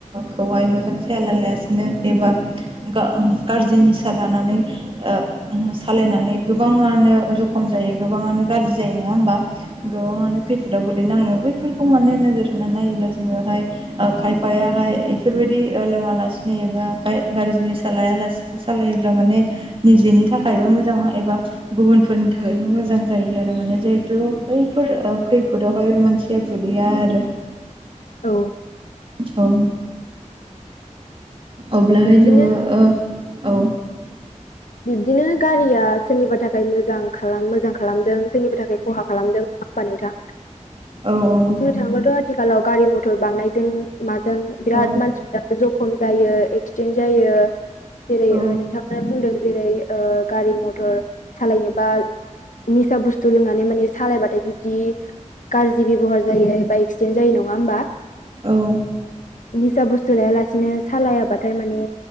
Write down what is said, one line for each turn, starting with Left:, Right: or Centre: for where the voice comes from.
Right: खौहाय मोजां सालाया लायासिनो एबा गा-गाज्रि निसा लानानै ओ सालायनानै गोबाङानो जुब खम जायो गोबांआनो गाज्रि जायो नङा होमबा गोबांआनो फि फोदाव गोलैनाङो बैफोरखौ माने नोजोर होनानै नायोब्ला जोङोहाय ओ खायफायाहाय एफोरबायदि ओ लोङा लासिनो एबा गा-गाज्रि निसा लाया लासेनो सालायोब्ला माने निजेनि थाखायबो मोजां एबा गुबुन फोरनि थाखायबो मोजां जायो आरो माने जिहेथु बैफोर ओ खैफोदावहाय मानसिया गोलैया आरो।
Left: औ
Right: औ अब्लाहाय
Left: बिब्दिनो
Right: जोङो ओ औ
Left: बिबदिनो गारिया सोरनिबा थाखाय मोजां खालाम मोजां खालामदों सोरनिबा थाखाय खहा खालामदों। <unintelligible> नोंथां
Right: औ औ
Left: थांबाथ' आथिखालाव गारि मथर बांनायजों माजों बिराद
Right: औ
Left: मानसिफोरा जौ खम जायो एक्सिडेन्ट जायो जेरै-
Right: औ
Left: ओ नोंथांआ बुंदों जेरै- ओ गारि मथर सालायनोबा निसा बुस्थु लोंनानै माने सालायबाथाय बिब्दि गाज्रि बेब'हार जायो एबा एक्सिडेन्ट जायो नङा होमबा
Right: औ
Left: निसा बुस्थु लायालासेनो सालायाबाथाय माने